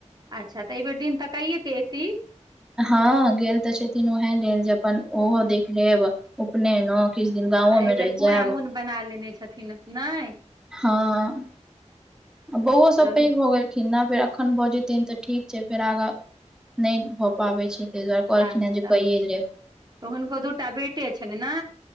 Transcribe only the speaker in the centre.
हँ गेल तऽ छथिन उएह लेल जे अपन ओहो देख लेब उपनयनो किछ दिन
गाँंवो
मे रहि
जायब
हँ बौओ सब
पैघ भो गेलै केना फेर अखन भऽ जेतन तऽ ठीक छै फेर आगाँ नहि भऽ पाबै छै ताहि दुआरे कहलखिन
जे कइये
लेब